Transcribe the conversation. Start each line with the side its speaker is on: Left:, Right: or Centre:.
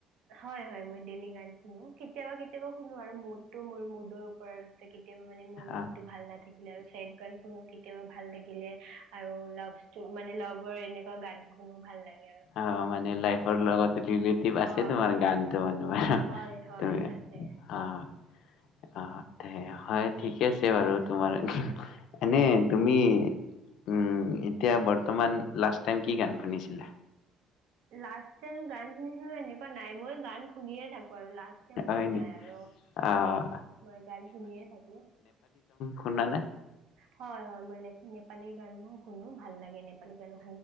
Right: হয় হয় মই ডেইলি গান শুনো কেতিয়াবা কেতিয়াবা শুনো আৰু মুডটো মোৰ মুডৰ ওপৰত কে মানে মোৰ মুডতো
Left: অ
Right: ভাল নাথাকে। আছিলে আৰু চাইদ গান শুনো কেতিয়াবা ভাল লাগিলে। আৰু লভ মানে লভ ৰ এনেকুৱা গান শুনো ভাল লাগে। আৰু
Left: অ' মানে লাইফৰ লগত <unintelligible>
Right: হয়
Left: আছে তোমাৰ
Right: হয়
Left: গানটোো মান
Right: হয় হয়
Left: তুমি
Right: আছে
Left: অ' অ'। হয় ঠিকে আছে বাৰু। তোমাৰ এনে তুমি উম এতিয়া বৰ্তমান লাষ্ট টাইম কি গান শুনিছিলা?
Right: লাষ্ট টাইম গান শুনিছিলো এনেকুৱা নাই মই গান শুনে থাকো। লাষ্ট টাইম বুলি
Left: হয়
Right: নাই
Left: নি?
Right: আৰু হয়
Left: আহ
Right: মই গান শুনে থাকো।
Left: শুনানে?
Right: হয় হয় মই ল নেপালী গান মোৰ শুনো ভাল লাগে নেপালী। <unintelligible>